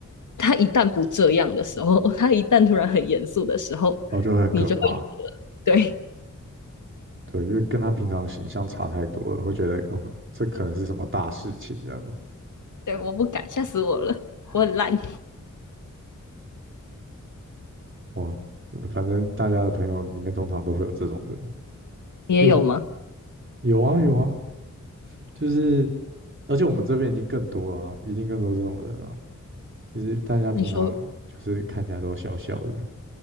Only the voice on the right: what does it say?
我后就很可怕。
对，因为跟他平常的形象差太多了，会觉得哦，这可能是什么大事情这样子。
哇，反正大家的朋友里面通常都会有这种人。
你有没有？啊，有啊，就是，而且我们这边已经更多了啊，一定更多这种人啊。其实大家平常就是看起来都笑笑的，